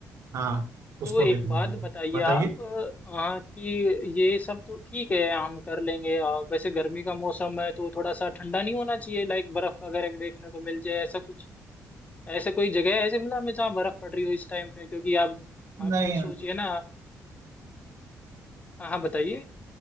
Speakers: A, on the right; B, on the left.
A: हाँ उसको
B: तो एक
A: भी घूम
B: बात
A: लेंगे
B: बताइए
A: बताइए
B: आप हाँ कि ये सब तो ठीक है हम कर लेंगे आ, वैसे गर्मी का मौसम है तो थोड़ा सा ठंडा नहीं होना चाहिए लाइक बर्फ वगैरह भी देखने को मिल जाए ऐसा कुछ ऐसा कोई जगह है ऐसे मिला में जहाँ बर्फ पड़ रही हो इस टाइम पे क्योंकि आप आप
A: नहीं
B: खुद सोचिए ना हाँ हाँ बताइए